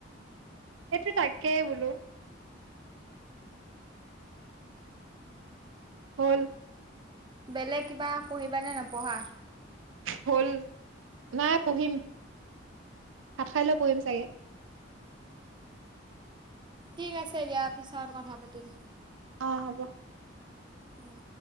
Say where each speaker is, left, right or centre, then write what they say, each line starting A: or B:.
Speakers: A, on the right (about 85°); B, on the right (about 25°).
A: এইটো তাকে বোলো। হ'ল।
B: বেলেগ কিবা পঢ়িবানে নপঢ়া?
A: হ'ল, নাই পঢ়িম। ভাত খাই লৈ পঢ়িম চাগে।
B: ঠিক আছে দিয়া, পিছত কথা পাতিম।
A: অ', হ'ব।
B: উম।